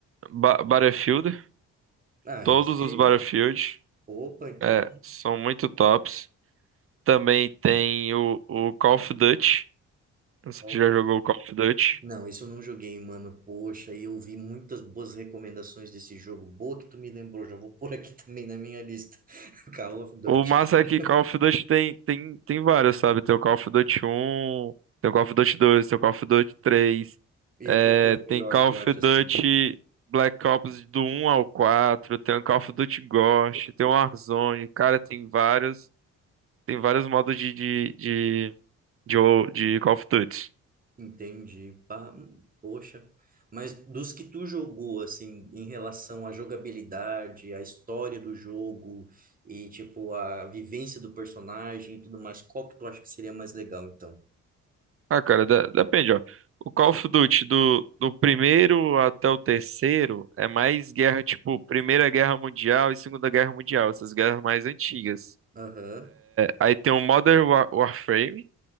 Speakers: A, on the right; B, on the right.
A: Ba- Battlefield,
B: Ah,
A: todos
B: esse.
A: os Battlefield,
B: Opa, então.
A: é, são muito tops. Também tem o, o Call of Duty. Não
B: Call
A: sei se já
B: of
A: jogou o Call of Duty.
B: Não, isso eu não joguei, mano. Poxa, e eu vi muitas boas recomendações desse jogo. Boa que tu me lembrou, já vou <laughs> pôr aqui também na minha lista. <laughs> Call of Duty.
A: O massa é que Call of Duty tem, tem, tem várias, sabe? Tem o Call of Duty um tem o Call of Duty dois tem o Call of Duty três é,
B: E qual que é o melhor,
A: tem Call
B: tu
A: of
B: acha
A: Duty
B: assim?
A: Black Ops do um ao quatro tem o Call of Duty Ghost, tem o Warzone, cara, tem vários, tem vários modos de, de, de, de, o- de Call of Duty.
B: Entendi. Pá, hum, poxa. Mas dos que tu jogou, assim, em relação à jogabilidade, à história do jogo e, tipo, a vivência do personagem e tudo mais, qual que tu acha que seria mais legal, então?
A: Ah, cara, da- depende, ó. O Call of Duty do, do primeiro até o terceiro é mais guerra, tipo, Primeira Guerra Mundial e Segunda Guerra Mundial, essas guerras mais antigas.
B: Aham.
A: Aí tem o Modern War- Warframe,